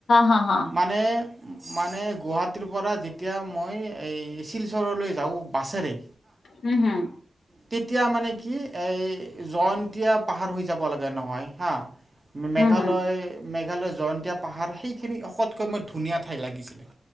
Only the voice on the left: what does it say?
হা হা
উম হম।
হুম
হুম